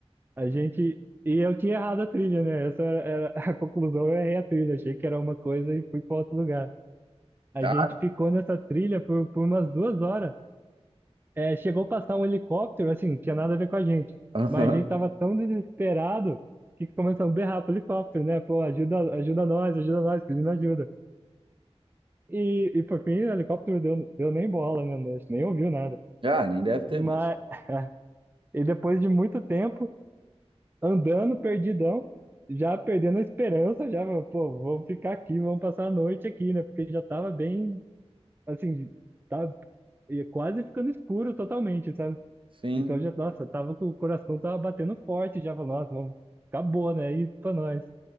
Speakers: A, on the right (about 20°); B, on the right (about 50°).
A: A gente. E eu tinha errado a trilha, né? Essa era, era <laughs> a conclusão, eu errei a trilha. Achei que era uma coisa e fui para outro lugar. A
B: Tá.
A: gente ficou nessa trilha por, por umas duas horas. É, chegou a passar um helicóptero, assim, não tinha nada a ver com a gente.
B: Aham.
A: Mas a gente tava tão desesperado que começamos a berrar pro helicóptero, né? Pô, ajuda, ajuda nós, ajuda nós, pedindo ajuda. E, e por fim, o helicóptero deu, deu nem bola, né? A gente nem ouviu nada.
B: Ah, nem deve ter
A: Mas,
B: visto.
A: <laughs> e depois de muito tempo. andando perdidão, já perdendo a esperança, já, pô, vamos ficar aqui, vamos passar a noite aqui, né? Porque já tava bem, assim, tava ia quase ficando escuro totalmente, sabe?
B: Sim.
A: Então já, nossa, tava com o coração tava batendo forte, já falou, nossa, vamos, acabou, né? É Isso pra nós.